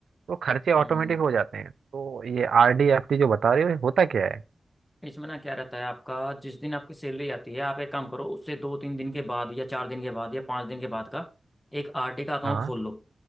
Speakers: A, on the right (about 80°); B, on the left (about 20°).
A: तो खर्चे ऑटोमेटिक
B: हम्म हम्म।
A: हो जाते हैं तो ये आर डी एफ डी जो बता रहे हो ये होता क्या है
B: इसमें ना क्या रहता है आपका जिस दिन आपकी सैलरी आती है आप एक काम करो उससे दो तीन दिन के बाद या चार दिन के बाद या पाँच दिन के बाद का एक आरडी का अकाउंट
A: हाँ
B: खोल लो